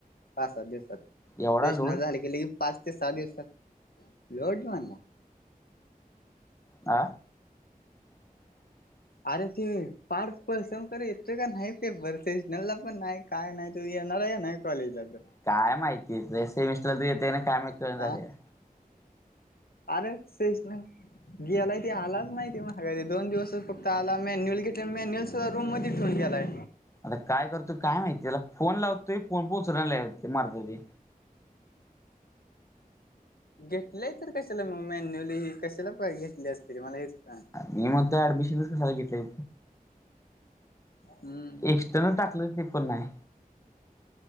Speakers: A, on the left; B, on the left.
A: पाच सात दिवसात
B: एवढा
A: सेशनल
B: लोड
A: झाला लगेच की, पाच ते सहा दिवसात लोट म्हटला
B: हा <inaudible>
A: अरे ते पार्थ पलसबंकर येतोय की नाही मेबंर सेशनलला पण नाही. काय नाही तू येणार आहे. का नाही कॉलेजला तर
B: काय माहितीय सेमिस्टरला तरी येते काय माहिती काय कळेना
A: हा
B: झालयं.
A: अरे सेशनल गेलाय तो आलाच माहिती माघारी दोन दिवसच फक्त आला मॅन्युअल घेत मॅन्युअल रूममध्येच ठेऊन गेलाय.
B: आता काय करतोय काय? माहितीय त्याला फोन लावतोय फोन पण उचलत नाही. ले गा मरदा ते
A: घेतलंय तर कशाला मग मॅन्युअली कशाला घेतली असतील मला हेच कळना,
B: मी म्हणतोय ॲडमिशनच कशाला घेतलं.
A: हम्म
B: एक्स्टर्नल टाकलं ते पण नाही.